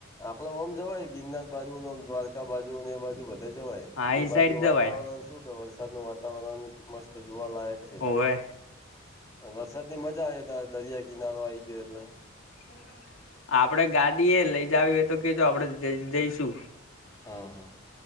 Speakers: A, on the left; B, on the left.
A: આપડ ઓમ જવાય ગિરનાર બાજુને દ્વારકા બાજુ ને એ બાજુ બધે જવાય
B: હા
A: તે
B: ઈ
A: બાજુ
B: સાઈડ જવાય
A: વાતાવરણ શું કે વરસાદ નું વાતાવરણ મસ્ત જોવાલાયક છે
B: હોવે
A: વરસાદ ની મજા આવે ત દરિયા કિનારો આ આવી ગયો એટલે
B: હ <unintelligible> આપડે ગાડીએ લઈ જાવ એ તો કેજો આપડે જઈશું
A: હમ હ